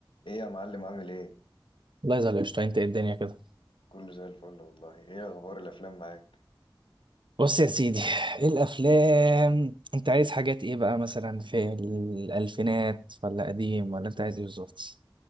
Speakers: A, on the left; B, on the right.
A: ايه يا معلم عامل ايه
B: الله يزعل قشطة انت ايه الدنيا كده
A: كله زي الفل والله ايه اخبار الافلام معاك
B: بص يا سيدي ايه الافلام انت عايز حاجات ايه بقى مثلا في الالفينات ولا قديم ولا انت عايز ايه بالظبط